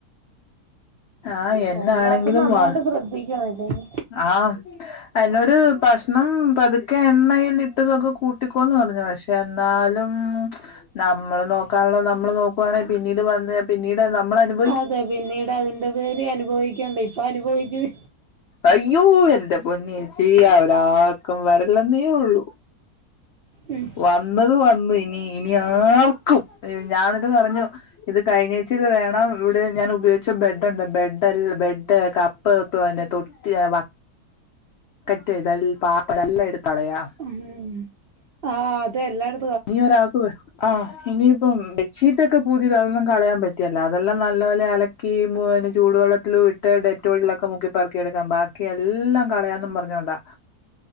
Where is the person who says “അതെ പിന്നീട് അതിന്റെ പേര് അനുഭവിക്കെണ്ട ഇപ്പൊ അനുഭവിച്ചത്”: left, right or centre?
Right